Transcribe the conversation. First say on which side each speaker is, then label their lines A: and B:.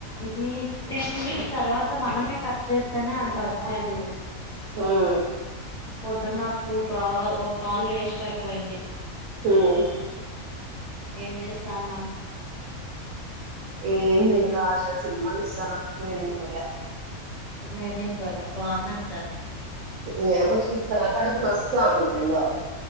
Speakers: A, in the centre; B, on the right.
A: ఇది ten minutes తర్వాత మనమే కట్ చేస్తేనే అంట వచ్చేది
B: హ్మ్
A: పొద్దున్న నాకు టూ కా ఒక కాల్ వేస్ట్ అయిపోయింది
B: హ్మ్
A: ఏం చేస్తాన్నావు
B: ఏం జేయ క్లాస్ లో సినిమా చూస్తన్న made in Korea
A: made in Korea బాగుందంటానే
B: నేమో చూస్తాను కడుపు నొస్తాంది ఏందో